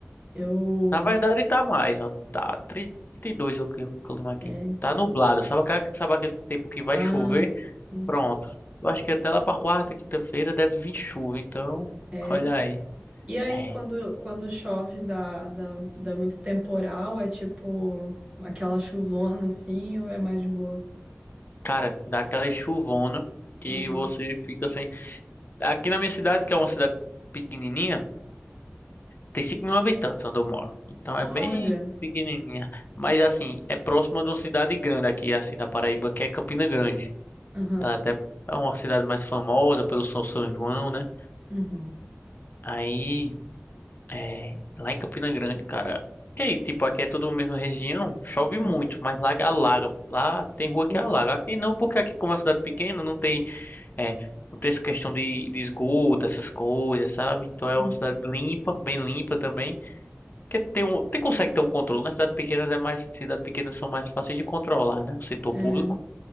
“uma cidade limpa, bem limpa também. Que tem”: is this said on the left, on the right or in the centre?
Left